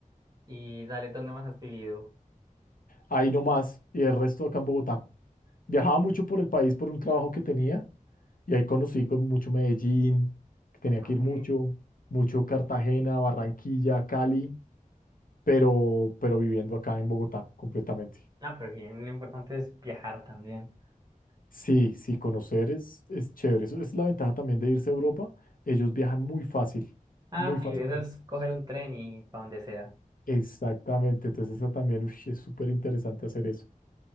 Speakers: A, on the right (about 30°); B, on the left (about 75°).
A: y dale, ¿dónde más has vivido?
B: Ahí nomás, y el resto acá en Bogotá. Viajaba mucho por el país por un trabajo que tenía Y ahí conocí con mucho Medellín, que tenía
A: Ah,
B: que ir
A: Okay.
B: mucho, mucho Cartagena, Barranquilla, Cali, pero, pero viviendo acá en Bogotá completamente.
A: Ah, pero bien, lo importante es viajar también.
B: Sí, sí, conocer es, es chévere. Eso es la ventaja también de irse a Europa. Ellos viajan muy fácil,
A: Ah,
B: muy fácil.
A: sí, eso es coger un tren y para donde sea.
B: Exactamente, entonces esa también ush, es súper interesante hacer eso.